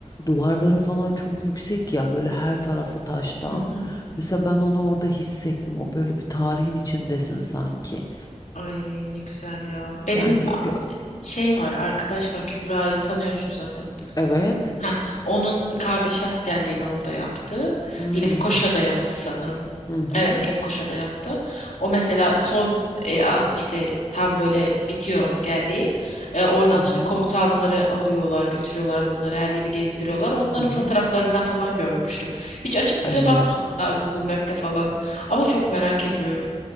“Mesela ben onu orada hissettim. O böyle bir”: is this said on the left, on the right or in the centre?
Left